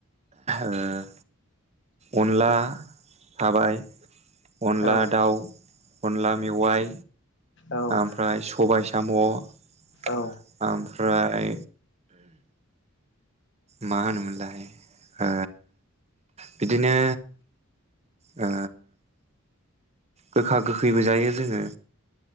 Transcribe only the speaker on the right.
अ अनला थाबाय अनला
दाउ अनला मेवाइ
ओमफ्राय सबाय साम' ओमफ्राय
मा होनोमोनलाय अ बिदिनो ओ गोखा गोखैबो जायो जोङो